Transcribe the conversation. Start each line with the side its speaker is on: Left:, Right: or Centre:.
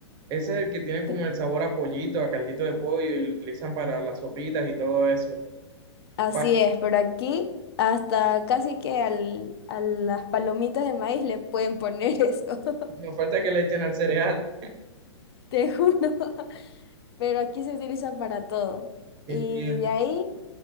Right: Ese es el que tiene como
Left: que-
Right: el sabor a pollito, a caldito de pollo y lo utilizan para las sopitas y todo eso.
Left: así
Right: Pa-
Left: es, pero aquí hasta casi que al, a las palomitas de maíz le pueden poner eso, <laughs>
Right: no falta que le echen al cereal.
Left: te juro, <laughs> pero aquí se utiliza para todo.
Right: Entiendo.
Left: Y de ahí,